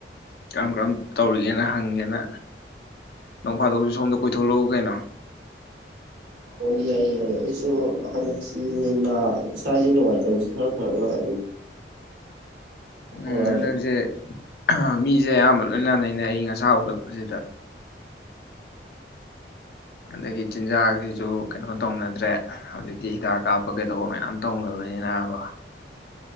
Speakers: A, on the left; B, on the right.
A: ꯀꯔꯝ ꯀꯔꯝ ꯇꯧꯔꯤꯒꯦꯅ ꯍꯪꯒꯦꯅ ꯅꯣꯡ ꯐꯥꯗꯣꯛꯁꯨ ꯁꯣꯝꯗ ꯀꯣꯏꯊꯣꯛꯂꯛꯎ ꯀꯩꯅꯣ
B: ꯍꯣꯏ ꯌꯥꯏ ꯌꯥꯏ ꯑꯩꯁꯨ ꯍꯟꯗꯛꯁꯤ ꯅꯥ ꯏꯁꯥꯥꯁꯦ ꯅꯨꯡꯉꯥꯏꯇꯕꯁꯦ ꯈꯔ ꯐꯔꯒ ꯑꯗꯨꯝ
A: ꯎꯝ
B: ꯍꯧꯔꯛꯑꯒꯦ
A: ꯍꯟꯗꯛꯁꯦ ꯈ ꯃꯤꯖꯦ ꯑꯌꯥꯝꯕ ꯂꯣꯏꯅ ꯅꯥꯅꯩꯅꯦ ꯑꯏꯪ ꯑꯁꯥ ꯎꯠꯂꯛꯄꯁꯤꯗ ꯑꯗꯒꯤ ꯆꯤꯟꯖꯥꯛꯖꯤꯖꯨ ꯀꯩꯅꯣ ꯇꯧꯅꯗ꯭ꯔꯦ ꯍꯧꯖꯤꯛꯇꯤ ꯍꯤꯗꯥꯛ ꯀꯥꯞꯄ ꯀꯩꯗꯧꯕ ꯃꯌꯥꯝ ꯇꯧꯅꯕꯅꯤꯅꯕ